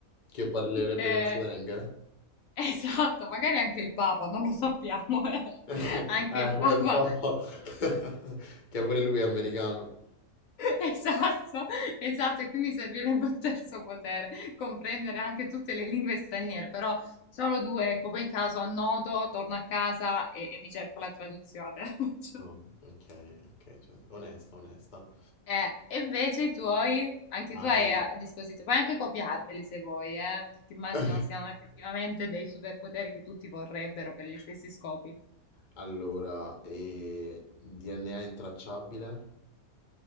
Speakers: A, on the left; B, on the left.
A: che parlerebbe
B: Eh,
A: nel slang, eh?
B: esatto, magari anche il Papa, non lo sappiamo. eh.
A: <laughs>
B: Anche
A: Eh,
B: il Papa,
A: quel popolo <laughs> che pure lui è americano.
B: esatto, esatto, e quindi servirebbe un terzo potere, comprendere anche tutte le lingue straniere, però solo due, ecco, poi in caso annoto, torno a casa e, e mi cerco la traduzione. <laughs>
A: No, ok, ok, cioè, onesta, onesta.
B: Eh, e invece i tuoi, anche
A: All-
B: tu hai a a disposizione, puoi anche copiarmeli se vuoi, eh, perché immagino
A: <laughs>
B: siano effettivamente dei superpoteri che tutti vorrebbero per gli stessi scopi.
A: Allora, e DNA intracciabile?